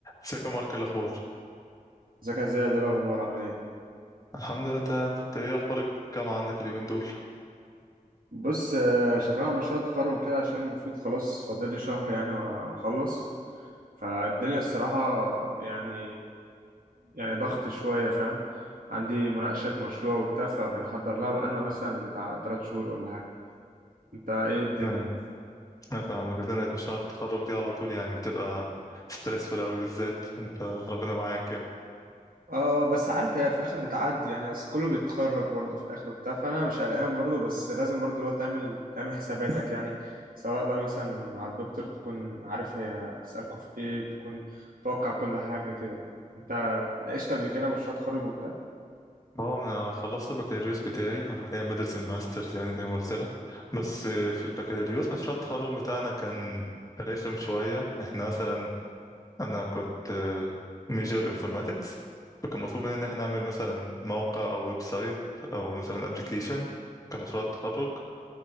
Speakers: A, on the left (about 25°); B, on the right (about 80°).
A: ازيك يا مارك إيه الاخبار
B: ازيك يا زياد ايه الاخبار عامل ايه
A: الحمد لله تمام انت ايه اخبار الجامعه عندك اليومين دول
B: بص آه، شغال على مشروع التخرج وكده عشان المفروض خلاص فاضل لي شهر يعني و- واخلص فالدنيا الصراحه يعني يعني ضغط شويه فاهم عندي مناقشه مشروع وبتاع فبنحضر لها بقالنا مثلا بتاع 3 شهور ولا حاجه انت ايه الدنيا
A: نعم انا فاهمك زنقة مشروع التخرج دي على طول يعني بتبقى ستريسفول قوي بالذات انت ربنا معاك يعني
B: اه بس عارف هي في الاخر بتعدي يعني اصل كله بيتخرج برضه في الاخر وبتاع فانا مش قلقان برضه بس لازم برضه لو تعمل تعمل حساباتك يعني سواء بقى مثلا مع الدكتور تكون عارف هي هتسألكوا في ايه تكون توقع كل حاجة كده يعني. انت ناقشت قبل كده مشروع تخرج وبتاع
A: اه انا خلصت البكالوريوس بتاعي أنا حاليا بدرس الماسترز يعني زي ما قلت لك بس في البكالوريوس مشروع التخرج بتاعنا كان رخم شويه احنا مثلا انا كنت ميجر انفورماتكس فكان مطلوب مننا ان احنا نعمل مثلا موقع او ويب سايت او مثلا ابلكيشن كمشروع تخرج